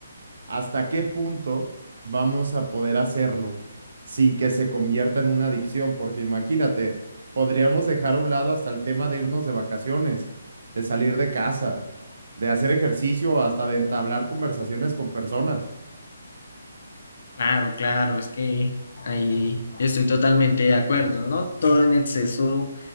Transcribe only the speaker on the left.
Claro, claro, es que ahí estoy totalmente de acuerdo, ¿no? Todo en exceso